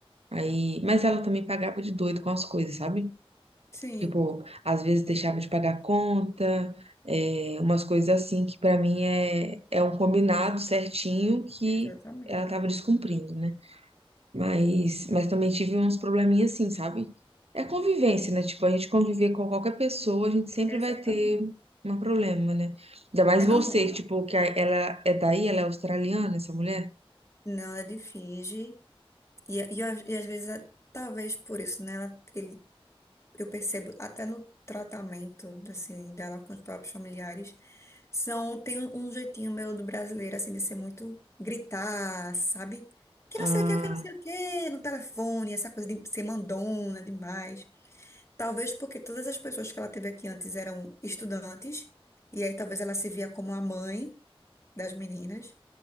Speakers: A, on the right; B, on the left.
A: Aí, mas ela também pagava de doido com as coisas, sabe?
B: sim,
A: Tipo, às vezes deixava de pagar conta, é, umas coisas assim que pra mim é, é um combinado certinho que
B: exatamente,
A: ela tava descumprindo, né? Mas, mas também tive uns probleminhas assim, sabe? É convivência, né? Tipo, a gente conviver com qualquer pessoa, a gente sempre
B: exatamente.
A: vai ter um problema, né? Ainda mais
B: É normal.
A: você, tipo, que a- ela é daí, ela é australiana, essa mulher?
B: Não, ela finge. E, e, a- e às vezes, é- talvez por isso, né? Ela, ele, eu percebo até no tratamento assim, dela com os próprios familiares, são, tem um, um jeitinho meio do brasileiro, assim, de ser muito gritar, sabe? Que
A: Ah,
B: não sei o que, que não sei o que, no telefone, essa coisa de ser mandona demais. Talvez porque todas as pessoas que ela teve aqui antes eram estudantes, e aí talvez ela se via como a mãe das meninas.